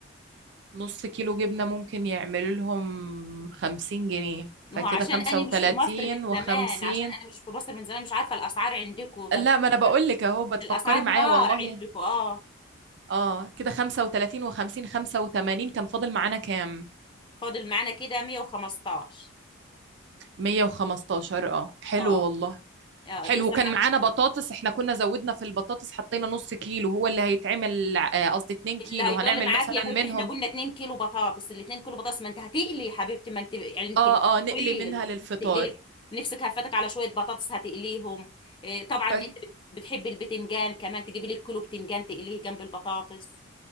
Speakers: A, on the right; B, on the left.
A: نص كيلو جبنة ممكن يعمل لهم خمسين جنيه فكده
B: ما هو عشان
A: خمسة
B: أنا
A: وتلاتين
B: مش في مصر من
A: وخمسين
B: زمان عشان أنا مش في مصر من زمان مش عارفة الأسعار عندكم طنط
A: لا
B: <laughs>
A: ما أنا بقول
B: الأسعار
A: لك أهو بتفكري
B: الأسعار
A: معايا
B: نار
A: والله
B: عندكم اه
A: اه كده خمسة وتلاتين وخمسين خمسة وتمانين كان فاضل معانا كام؟
B: فاضل معانا كده 115
A: مية وخمستاشر اه حلو
B: اه
A: والله
B: اه
A: حلو
B: لسه
A: كان
B: معاك
A: معانا بطاطس احنا كنا زودنا في البطاطس حطينا نص كيلو هو اللي هيتعمل آه، قصدي اتنين كيلو
B: اللي هيضل
A: هنعمل
B: معاك
A: مثلا
B: يا حبيبتي
A: منهم
B: احنا قلنا 2 كيلو بطاطس ال 2 كيلو بطاطس ما انت هتقلي يا حبيبتي ما انت عندك
A: اه اه نقلي
B: طويل
A: منها للفطار
B: تقلي لك نفسك هفتك على شويه بطاطس هتقليهم إيه، طبعا
A: ف...
B: انت بت- بتحبي البتنجان كمان تجيبي لك كيلو بتنجان تقليه جنب البطاطس